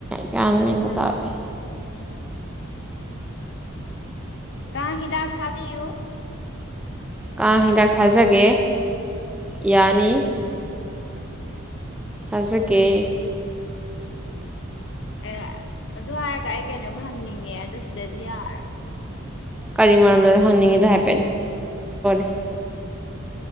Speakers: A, in the centre; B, on the left.
A: ꯒꯌꯟ
B: ꯀꯥꯡ
A: ꯃꯦꯟꯒ
B: ꯍꯤꯗꯥꯛ
A: ꯇꯥꯗꯦ
B: ꯊꯥ ꯀꯥꯡ ꯍꯤꯗꯥꯥꯛ ꯊꯥꯕꯤꯌꯨ
A: ꯀꯥꯡ ꯍꯤꯗꯥꯛ ꯊꯥꯖꯒꯦ ꯌꯥꯅꯤ
B: ꯑꯕꯦꯝꯃꯨ <unintelligible>
A: ꯆꯖꯒꯦ
B: ꯑꯦ ꯑꯗꯨ ꯍꯥꯏꯔꯒ ꯑꯩ ꯀꯩꯅꯣꯝ ꯍꯪꯅꯤꯡꯉꯦ ꯑꯗ ꯁꯤꯗꯗꯤ ꯌꯥꯔꯣꯏ
A: ꯀꯔꯤ ꯃꯔꯝꯅꯗꯣ ꯍꯪꯅꯤꯡꯉꯤꯗꯣ ꯍꯥꯏ <unintelligible>